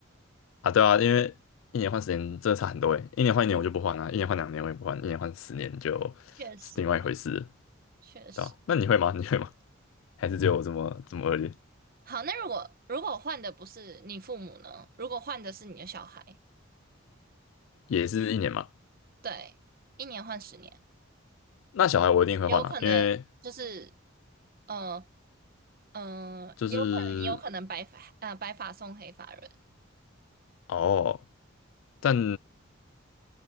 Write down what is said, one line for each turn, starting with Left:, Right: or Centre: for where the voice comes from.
Left: 啊，对啊，因为一年换十年真的差很多诶，一年换一年我就不换了、一年换两年我也不换，一年换十年就
Right: 确实啊，
Left: 是另外一回事了
Right: 确实。
Left: 对吧、那你会吗？
Right: 确
Left: <laughs> 你会吗？还是只有我这么这么恶劣？
Right: 好，那如果如果换的不是你父母呢？如果换的是你的小孩，
Left: 也是一年嘛。
Right: 对，一年换十年，
Left: 那小孩我一定会换啊，
Right: 有可能就是
Left: 因为
Right: 嗯嗯，
Left: 就是
Right: 有可能你有可能白发呃白发送黑发人，
Left: 哦，但